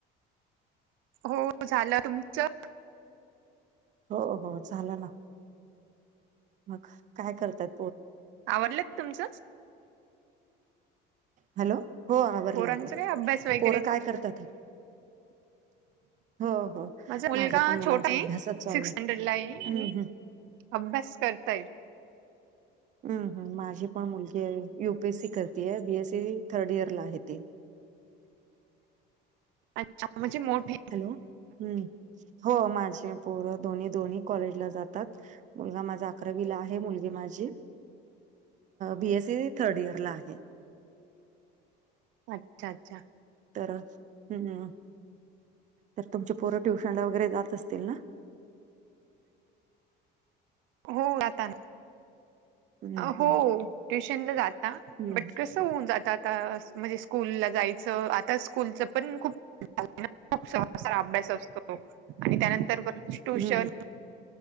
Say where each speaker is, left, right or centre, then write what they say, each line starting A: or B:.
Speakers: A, on the right; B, on the right.
A: हो झालं तुमचं.
B: हो हो, झालं ना. मग काय करत्यात.
A: आवडलं तुमचंच.
B: हॅलो हो आवरला
A: पोरांचं
B: आवरलं
A: काय अभ्यास वगैरेच?
B: पोरं काय करतात. <inaudible> हो हो,
A: माझा मुलगा
B: माझ्या पण मुलांचा
A: छोटा आहे
B: अभ्यासच चालू
A: सिक्स
B: हाय
A: स्टँडर्ड ला आहे आणि
B: हम हम.
A: अभ्यास करतायेत.
B: हम ह माझी पण मुलगी आहे युपीएस सी करते आहे बीएससी थर्ड इयरला आहे ती.
A: अच्छा म्हणजे मोठी.
B: हॅलो! हम्म. हो माझे पोरं दोन्ही दोन्ही कॉलेजला जातात. मुलगा माझा अकरावीला आहे. मुलगी माझी बी ए सी थर्डइयर ला आहे.
A: अच्छा, अच्छा.
B: तर हम्म हम्म हम्म. तर तुमचे पोरं ट्युशन ला वगैरे जातं असतील ना? <inaudible>
A: हो जाता.
B: हम्म
A: हो
B: हम्म
A: ट्युशनला जाता.
B: हम्म
A: बट कसं होऊनं जात. आता म्हणजे स्कूल ला जायचं आता स्कूलचं पण खूप <inaudible> खूप सहरा अभ्यास असतो. आणि त्यानंतर परत ट्युशन
B: हम्म हम्म.